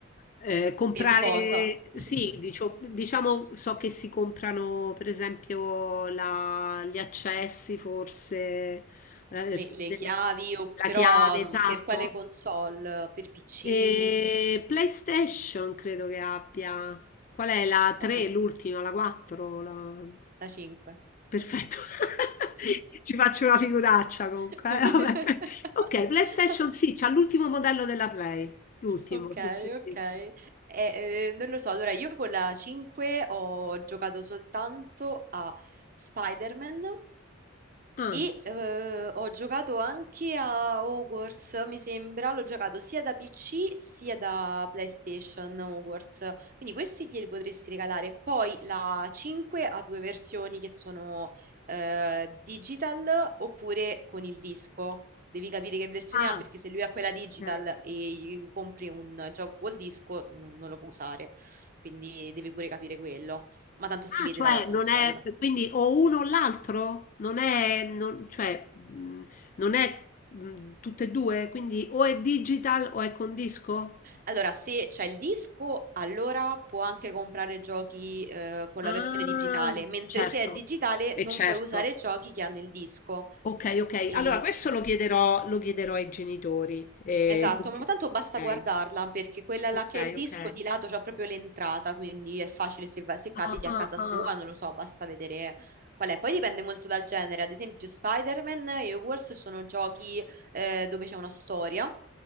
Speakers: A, on the left; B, on the right.
A: Eh, comprare,
B: per cosa? <laughs>
A: sì, dicio- diciamo, so che si comprano per esempio la- gli accessi, forse, eh,
B: Le,
A: su
B: le
A: delle-
B: chiavi, o
A: la
B: però
A: chiave, esatto.
B: mh, per quale console? Per PC?
A: E PlayStation credo che abbia. Qual è la 3,
B: Oh,
A: l'ultima, la 4? La...
B: la 5.
A: Perfetto. <laughs> Ci faccio una figuraccia comunque.
B: <laughs>
A: eh, vabbè. Ok, PlayStation sì, c'ha l'ultimo modello della Play. L'ultimo,
B: Ok,
A: sì, sì, sì.
B: ok. Eh, eh, non lo so, allora io con la 5 ho giocato soltanto a Spider-Man
A: Ah.
B: e eh, ho giocato anche a Hogwarts, mi sembra, l'ho giocato sia da PC sia da PlayStation Hogwarts, quindi questi glieli potresti regalare. Poi la 5 ha due versioni che sono eh, digital oppure con il disco devi capire che versione
A: Ah,
B: ha perché se lui ha quella digital
A: ok.
B: e gli compri un gioco col disco non, non lo può usare, quindi devi pure capire quello, ma tanto si
A: Ah,
B: vede
A: cioè
B: dalla console.
A: non è quindi o uno o l'altro? Non è, non- cioè, mh, non è mh, tutte e due, quindi o è digital o è con disco?
B: Allora, se c'è il disco, allora può anche comprare giochi eh, con la
A: Ah,
B: versione digitale, mentre
A: certo,
B: se è digitale
A: e
B: non
A: certo.
B: puoi usare giochi che hanno il disco.
A: Ok, ok.
B: E
A: Allora, questo lo chiederò, lo chiederò ai genitori. eh,
B: Esatto,
A: perché-
B: ma tanto basta guardarla perché quella
A: ok,
B: là che
A: ok,
B: è il disco
A: ok.
B: di lato c'ha proprio l'entrata, quindi è facile se, va- se capiti
A: Ah, ah,
B: a casa
A: ah.
B: sua, non lo so, basta vedere qual è. Poi dipende molto dal genere, ad esempio Spider-Man e Hogwarts sono giochi eh, dove c'è una storia,